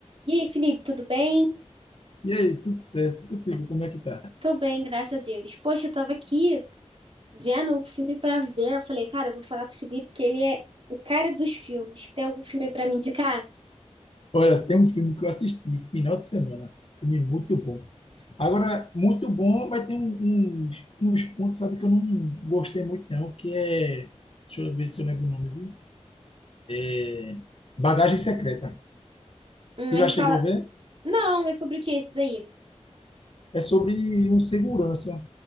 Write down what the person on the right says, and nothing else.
E aí, Felipe, tudo bem?
Tô bem, graças a Deus. Poxa, eu tava aqui vendo um filme pra ver. Eu falei, cara, eu vou falar com o Felipe, que ele é o cara dos filmes. Tem algum filme pra me indicar?
Hum,
ele
fala,
não, é sobre o que esse daí?